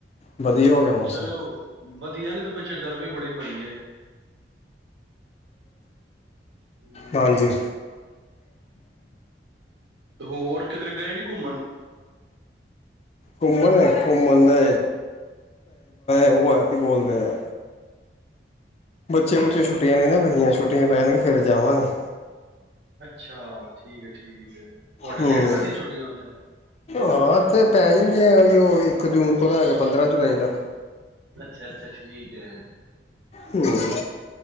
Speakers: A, on the left; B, on the right.
A: ਵਧੀਆ ਹੋ ਗਿਆ ਮੌਸਮ।
B: ਚਲੋ ਵਧੀਆ ਨੀ ਤੇ ਪਿੱਛੇ ਗਰਮੀ ਬੜੀ ਪਈ ਏ। ਹੂੰ,
A: ਹਾਂਜੀ।
B: ਹੋਰ ਕਿਧਰ ਗਏ ਨੀ ਘੁੰਮਣ?
A: ਘੁੰਮਣ ਘੁੰਮਣ ਦਾ ਉਹ ਆ ਕੀ ਬੋਲਦੇ ਆ ਬੱਚੇ ਬੱਚੇ ਛੁੱਟੀਆਂ ਨਹੀਂ ਨਾ ਪਈਆਂ ਛੁੱਟੀਆਂ ਪੈਣਗੇ ਫੇਿਰ ਜਾਵਾਂਗੇ।
B: ਅੱਛਾ ਠੀਕ ਹੈ-ਠੀਕ ਹੈ। ਤੁਹਾਡੇ
A: ਹੂੰ
B: ਲੇਟ ਪੈਂਦੀਆਂ ਛੁੱਟੀਆਂ ਉੱਥੇ?
A: ਹਾਂ ਇਥੇ ਪੈ ਜਾਂਦੀ ਆ ਉਹ। ਇੱਕ ਜੂਨ ਤੋਂ ਲ਼ੈ ਕੇ ਪੰਦਰਾਂ ਜੁਲਾਈ ਤੱਕ
B: ਅੱਛਾ-ਅੱਛਾ ਠੀਕ ਹੈ।
A: ਹਮ